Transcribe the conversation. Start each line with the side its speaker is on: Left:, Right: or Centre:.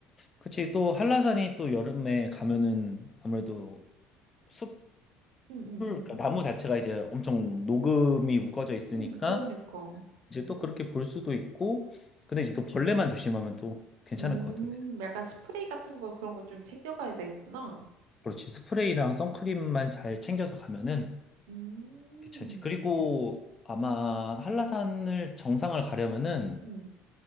Left: 그치 또 한라산이 또 여름에 가면은 아무래도 숲풀
Right: 응, 응.
Left: 그러니까 나무 자체가 이제 엄청 녹음이 우거져 있으니까
Right: 응 그러니까.
Left: 이제 또 그렇게 볼 수도 있고 근데 이제 또 벌레만 조심하면 또 괜찮을
Right: 음,
Left: 것 같은데.
Right: 약간 스프레이 같은 거 그런 거 좀 챙겨가야 되겠구나.
Left: 그렇지. 스프레이랑 선크림만 잘 챙겨서 가면은
Right: 음,
Left: 괜찮지. 그리고 아마 한라산을 정상을 가려면은
Right: 응.